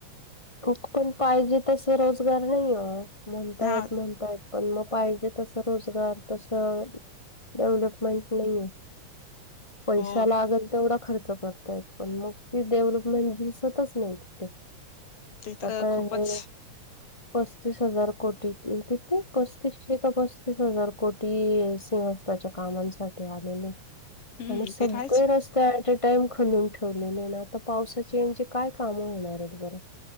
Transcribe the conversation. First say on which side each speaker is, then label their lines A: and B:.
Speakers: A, on the left; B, on the left.
A: हो पण पाहिजे तस रोजगार नाही हो, म्हणता
B: हा
A: येत म्हणता येत. पण मग पाहिजे तस रोजगार, तसं डेव्हलपमेंट नाहीये. पैसा
B: हो
A: लागल तेवढा खर्च कर. पण मग ती डेव्हलपमेंट दिसतच नाही कुठ.
B: ते तर
A: आता
B: खूपच
A: <unintelligible> हे. पस्तीस हजार कोटी, क किती पस्तीसशे का पस्तीस हजार कोटी स तेचे कामांसाठी आलेले
B: हम्म
A: आणि सगळे
B: ते आहेच
A: रस्ते. ते ऍट अ टाइम खणून ठेवलेले ना, आता पावसाचे म्हजे काय काम होणार आहेत बरं.